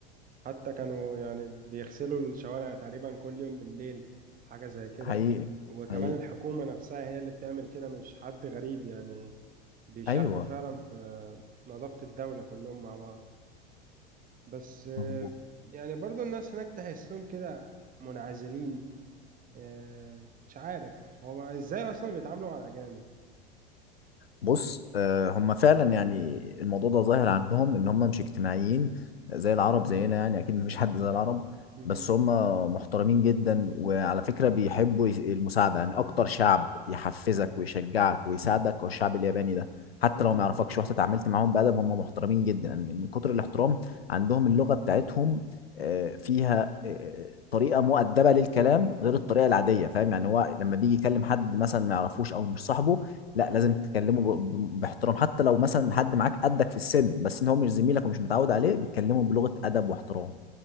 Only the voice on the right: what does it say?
حتى كانوا يعني بيغسلوا الشوارع تقريبا كل يوم بالليل حاجة زي كده
وكمان
الحكومة نفسها هي اللي بتعمل كده مش حد غريب يعني بيشاركوا
فعلا في نظافة الدولة كلهم مع بعض بس آه،
يعني برضو الناس هناك تحسهم كده منعزلين آه، مش عارف هو ازاي اصلا بيتعاملوا مع الاجانب
مهم،
مهم،
مهم.